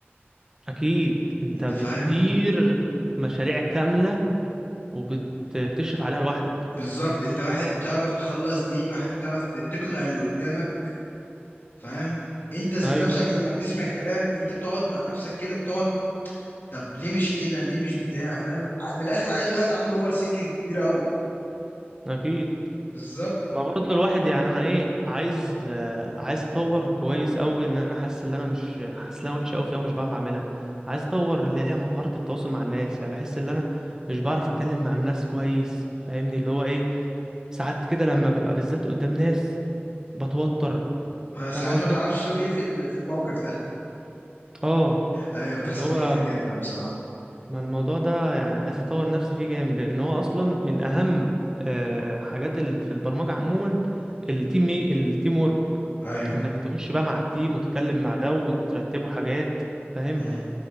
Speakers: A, on the right; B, on the left.
A: اكيد انت
B: انت
A: بتدير
B: فاهم
A: مشاريع كامله وبتشرف عليها لوحدك
B: بالظبط انت واحد بتعرف تخلص ديل واحد بتعرف ت- تقنع اللي قدامك فاهم انت ذات
A: ايوه
B: نفسك لما بتسمع الكلام انت بتقعد مع نفسك كده بتقعد طب ليه مش كده ليه مش بتاع فاهم ع- من الاخر عايز واحد عنده اوفر سينكينج كبيرة قوي
A: اكيد
B: بالظبط
A: ما برضه الواحد يعني انا ايه عايز آه، عايز اطور كويس قوي ان انا حاسس ان انا مش حاسس ان انا وحش قوي فيها ومش بعرف اعملها عايز اطور اللي هي مهاره التواصل مع الناس يعني بحس ان انا مش بعرف اتكلم مع الناس كويس فاهمني اللي هو ايه ساعات كده لما ببقى بالذات قدام ناس بتوتر
B: آه، ساعات
A: فاهم قصدي
B: ما تعرفش تقول ايه في ال- في الموقف ده
A: اه
B: ايوه بتحصل
A: اللي هو
B: لي كتير جدا بصراحه
A: ما الموضوع ده يعني عايز اطور نفسي فيه جامد لان هو اصلا من اهم آه، حاجات اللي في البرمجه عموما التيم التيم وورك
B: ايوه
A: وانك تخش بقى مع التيم وتتكلم مع ده وترتبوا حاجات فاهم
B: مم.